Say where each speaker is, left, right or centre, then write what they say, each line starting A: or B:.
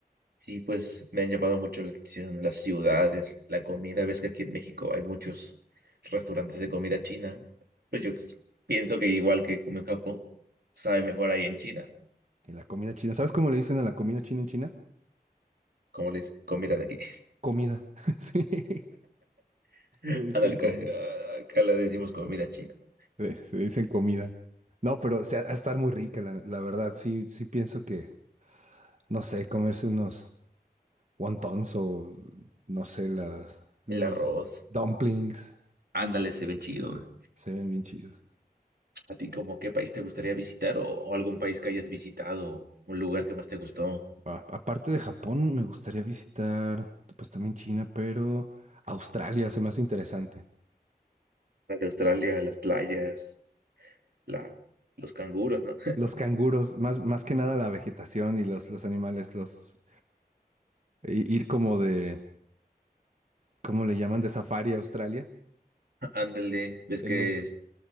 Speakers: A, on the right; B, on the right.
A: Sí, pues me han llamado mucho la atención las ciudades, la comida. Ves que aquí en México hay muchos restaurantes de comida china. Pues yo ex- pienso que igual que como en Japón, sabe mejor ahí en China,
B: en la comida china. ¿Sabes cómo le dicen a la comida china en China?
A: como les comida de aquí.
B: Comida. <laughs>
A: <laughs>
B: Sí, le dicen
A: Ándale, acá,
B: comida.
A: acá le decimos comida china. ¿no?
B: Le, le dicen comida. No, pero o sea, ha de estar muy rica, la, la verdad. Sí, sí pienso que, no sé, comerse unos wontons o, no sé, las, los
A: El arroz.
B: dumplings
A: Ándale, se ven chido.
B: se ven bien chidos.
A: ¿A ti como qué país te gustaría visitar o, o algún país que hayas visitado? ¿Un lugar que más te gustó?
B: A- aparte de Japón, me gustaría visitar, pues también China, pero Australia se me hace interesante.
A: De Australia, las playas, la, los canguros, ¿no?
B: Los canguros, más, más que nada la vegetación y los, los animales, los i- ir como de, ¿cómo le llaman? De safari a Australia,
A: <laughs> Ándale, ves
B: en
A: que
B: un,